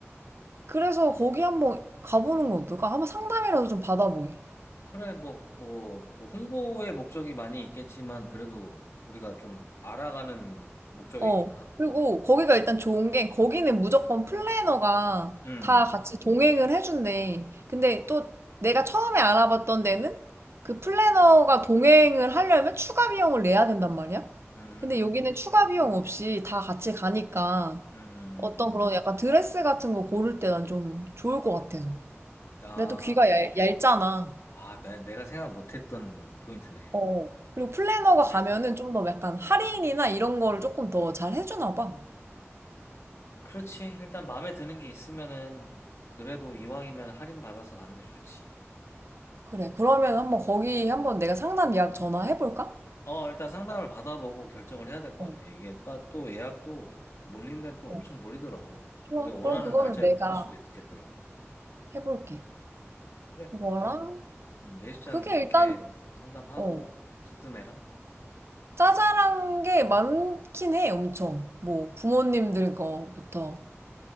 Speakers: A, on the right; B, on the left.
A: 그래서 거기 한번 가보는 건 어떨까? 한번 상담이라도 좀 받아보게.
B: 그래, 뭐, 뭐, 뭐, 홍보의 목적이 많이 있겠지만, 그래도 우리가 좀 알아가는 목적이니까.
A: 어. 그리고 거기가 일단 좋은 게 거기는 무조건 플래너가
B: 음,
A: 다 같이 동행을 해준대. 근데 또 내가 처음에 알아봤던 데는 그 플래너가 동행을 하려면 추가 비용을 내야 된단 말이야.
B: 음,
A: 근데 여기는
B: 음,
A: 추가
B: 음.
A: 비용 없이 다 같이 가니까
B: 음.
A: 어떤
B: 음.
A: 그런 약간 드레스 같은 거 고를 때 난 좀 좋을 것 같아서.
B: 아,
A: 근데 또 귀가 얇, 얇잖아.
B: 아, 내, 내가 생각 못했던 포인트네.
A: 어. 그리고 플래너가
B: 그랬어.
A: 가면은 좀 더 약간 할인이나 이런 거를 조금 더 잘 해주나 봐.
B: 그렇지. 일단 마음에 드는 게 있으면은, 그래도 이왕이면 할인 받아서 가는 게 좋지.
A: 그래. 그러면 한번 거기 한번 내가 상담 예약 전화해볼까?
B: 어, 일단 상담을 받아보고 결정을 해야 될 것
A: 어,
B: 같아. 이게 빠- 또 예약도 몰린 데또
A: 어.
B: 엄청 몰리더라고.
A: 좋아.
B: 우리가 원하는
A: 그럼 그거는
B: 날짜에
A: 내가
B: 못할 수도 있겠더라고.
A: 해볼게.
B: 그래,
A: 그거랑,
B: 일단, 음, 내시장
A: 그게
B: 그렇게
A: 일단,
B: 상담하고,
A: 어,
B: 스드메랑.
A: 짜잘한 게 많긴 해, 엄청. 뭐, 부모님들 거부터.